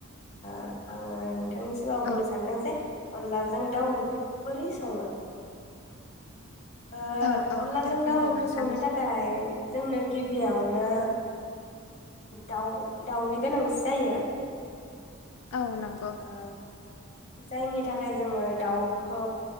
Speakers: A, on the left (about 30°); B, on the left (about 80°).
A: ओ आङो नोंथांनि सिगाङाव
B: औ
A: बुंनो सानदों जे अनलाजों दाउ ओंख्रिखौ बोरै सङो? ओ
B: औ औ
A: अनलाजों
B: दे बुंदो
A: दाउ ओंख्रि
B: नोंथां
A: संनो थाखाय जोंनो गिबियावनो दाउ दाउनि गोनांथि‌ जायो।
B: औ नंगौ।
A: ओ जायनि थाखाय जोङो दाउखौ